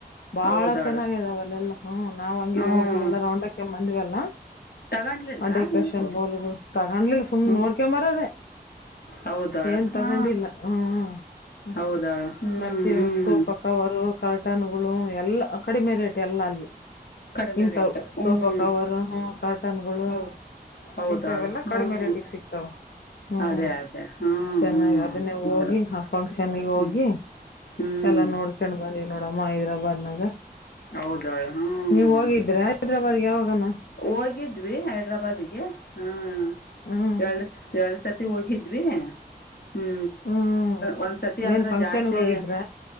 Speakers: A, on the left; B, on the left.
A: ಬಾಳ
B: ಹೌದಾಳ
A: ಚೆನ್ನಾಗ ಇದಾವ ಅಲ್ಲೆಲ್ಲಾ ಹ್ಮ್ ನಾವ್ ಹಂಗೆ
B: ಹ್ಮ್
A: ಹೋಗಿ ಎಲ್ಲಾ ರೌಂಡಕ್ಕೆ ಬಂದುವೇಲ್ಲ
B: ತಗೊಂಡ್ಲಿಲ್ಲ
A: ಆ ಡೆಕರಷನ್
B: ನೀವು
A: ಬಾಲುಗಳು ತಗೊಂಡ್ಲಿಲ್ಲ ಸುಮ್ನೆ
B: ಹ್ಮ್
A: ನೋಡ್ಕೊಂಬರದೆೇ
B: ಹೌದಾಳ
A: ಏನ್ ತಗೊಂಡಿಲ್ಲ
B: ಹಾ
A: ಹ ಅಷ್ಟೆ
B: ಹೌದಾಳ ಹ್ಮ್
A: ಮತ್ತೆ
B: ಹ್ಮ್
A: ಸೋ ಪಕ್ಕವ ಕಾರ್ಟನ್ ಗಳು ಎಲ್ಲ ಕಡಿಮೆ ರೇಟ್ ಎಲ್ಲ ಅಲ್ಲಿ
B: ಕಡಿಮೆ
A: ಇಂತವು
B: ರೇಟ್
A: ಸೋಫಾ
B: ಹ್ಮ್
A: ಕವರ್ ಹ ಕಾರ್ಟನ್ಗಳು
B: ಹೌದು ಹೌದಾಳು
A: ಇಂತವೆೆಲ್ಲಾ
B: ಹ್ಮ್
A: ಕಡಿಮೆ ರೇಟಿಗೆ ಸಿಕ್ತಾವ ಹ್ಮ್
B: ಅದೇ ಅದೇ ಹ್ಮ್
A: ಚೆನ್ನಾಗಿ
B: ಹ್ಮ್
A: ಅದನ್ನೇ ಹೋಗಿ
B: ನೋಡು
A: ಆ ಫಂಕ್ಷನ್ಗ
B: ಹ್ಮ್
A: ಹೋಗಿ
B: ಹ್ಮ್
A: ಎಲ್ಲಾ ನೋಡ್ಕೊಂಡ್ ಬಂದಿಲ್ಲ ಅಮ್ಮ ಹೈದ್ರಾಬಾದ್ನಾಗ
B: ಹೌದಾಳು ಹ್ಮ್
A: ನೀವ ಹೋಗಿದ್ರೆ
B: ನೋಡು
A: ಹೈದ್ರಾಬಾದ್ಗೆ ಯಾವಾಗನ
B: ಹೋಗಿದ್ವಿ ಹೈದ್ರಾಬಾದ್ ಗೆ ಹ ಹ್ಮ
A: ಹ್ಮ್
B: ಹೇಳ್ ಹೇಳ್ ಸತಿ ಹೋಗಿದ್ವಿ ಹ್ಮ
A: ಹ್ಮ್
B: ಒಂದ್ ಸತಿ ಅಂದ್ರೆ
A: ಏನ್ ಫಂಕ್ಷನ್ಗೆ
B: ಜಾಸ್ತಿ
A: ಹೋಗಿದ್ರ